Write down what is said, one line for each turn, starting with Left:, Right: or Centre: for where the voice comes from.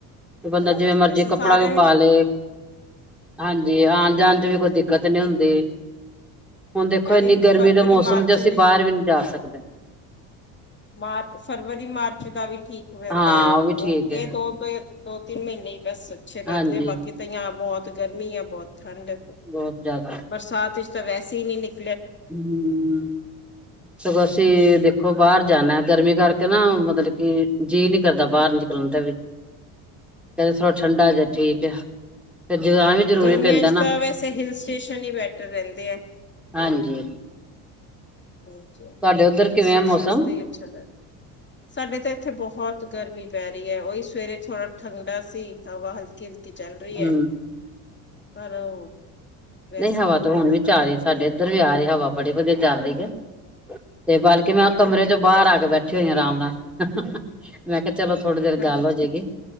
Centre: ਤੇ ਬੰਦਾ
Left: ਹਾਂਜੀ
Centre: ਜਿਵੇਂ ਮਰਜੀ
Left: ਵੈਸੇ ਸਾਰੇ
Centre: ਕੱਪੜਾ ਪਾ ਲਏ ਹਾਂਜੀ ਆਣ ਜਾਣ ਤੇ ਵੀ ਕੋਈ ਦਿੱਕਤ ਨੀ ਹੁੰਦੀ। ਹੁਣ ਦੇਖੋ
Left: ਐਵੇਂ
Centre: ਇੰਨੀ ਗਰਮੀ
Left: ਫਰਵਰੀ,
Centre: ਦੇ ਮੌਸਮ
Left: ਮਾਰਚ
Centre: ਚ ਅਸੀਂ ਬਾਹਰ ਵੀ ਨਹੀਂ ਜਾ ਸਕਦੇ।
Left: ਮਾਰਚ, ਫਰਵਰੀ ਮਾਰਚ ਦਾ ਵੀ ਠੀਕ। ਰਹਿੰਦਾ
Centre: ਹਾਂ
Left: ਹੈ
Centre: ਵੀ
Left: ਉਹ
Centre: ਠੀਕ
Left: ਇਹ
Centre: ਹੈ
Left: ਦੋੋ, ਦੋ ਤਿੰਨ ਮਹੀਨੇ ਹੀ ਬਸ ਅੱਛੇ ਲੱਗਦੇ
Centre: ਹਾਂਜੀ
Left: ਆ ਬਾਕੀ ਤਾਂ, ਬਹੁਤ ਗਰਮੀ ਹੈ ਬਹੁਤ, ਠੰਡ ਤੋਂ
Centre: ਬਹੁਤ ਜ਼ਿਆਦਾ
Left: ਬਰਸਾਤ ਤਾਂ ਵੈੇ ਹੀ ਨਹੀਂ ਨਿਕਲ
Centre: ਹਮ ਸਗੋਂ ਅਸੀਂ ਦੇਖੋ ਬਾਹਰ ਜਾਂਦਾ ਗਰਮੀ ਕਰਕੇ ਨਾ ਮਤਲਬ ਕਿ ਜੀਅ ਨੀ ਕਰਦਾ ਬਾਹਰ ਨ ਨਿਕਲਣ ਦਾ ਵੀ ਕਹਿੰਦੇ ਥੋੜਾ ਠੰਡਾ ਜਿਹਾ ਠੀਕ ਹੈ ਫਿਰ ਜਾਣਾ ਵੀ ਜਰੂਰੀ
Left: ਗਰਮੀਆਂ
Centre: ਪੈਂਦਾ
Left: 'ਚ
Centre: ਨਾ
Left: ਤਾਂ ਵੈਸੇ ਹਿਲ ਸਟੇਸ਼ਨ ਹੀ ਬੈਟਰ ਰਹਿੰਦੇ ਹੈ
Centre: ਹਾਂਜੀ
Left: ਅੱਛਾ
Centre: ਤੁਹਾਡੇ ਉੱਧਰ
Left: ਹਿਲ
Centre: ਕਿਵੇਂ
Left: ਸਟੇਸ਼ਨ
Centre: ਆ ਮੌਸਮ
Left: ਤੇ ਅੱਛਾ ਰਹਿੰਦਾ ਸਾਡੇ ਤਾਂ ਇੱਥੇ ਬਹੁਤ ਗਰਮੀ ਪੈ ਰਹੀ ਹੈ ਉਹੀ ਸਵੇਰੇ ਥੋੜਾ ਠੰਡਾ ਸੀ। ਸਾ ਹਲਕੇ ਹਲ ਕੀ ਚੱਲ ਰਹੀ
Centre: ਹਮ
Left: ਹੈ ਪਰ ਉਹ ਵੈਸੇ
Centre: ਨਹੀਂ ਹਵਾ
Left: ਹੀ
Centre: ਤੇ
Left: ਬਹੁਤ
Centre: ਹੁਣ
Left: ਜ਼ਿਆਦਾ
Centre: ਵੀ ਜਾ ਆ
Left: ਗਰਮੀ
Centre: ਰਹੀ ਸਾਡੇ
Left: ਹੈ।
Centre: ਇੱਧਰ ਵੀ ਆ ਰਹੀ ਹਵਾ ਬੜੇ ਵਧੀਆ ਚੱਲ ਰਹੀ ਹੈ। ਤੇ ਬਲਕਿ
Left: ਹਮ
Centre: ਮੈਂ
Left: ਹਮ
Centre: ਕਮਰੇ ਚੋਂ ਬਾਹਰ ਆ ਕੇ ਬੈਠਾ ਅੱਛਾ ਆਰਾਮ ਨਾਲ ਮੈਂ ਚਲੋ ਥੋੜੀ ਦੇਰ
Left: ਹਾਂਜੀ
Centre: ਗੱਲ ਹੋ ਜਾਏਗੀ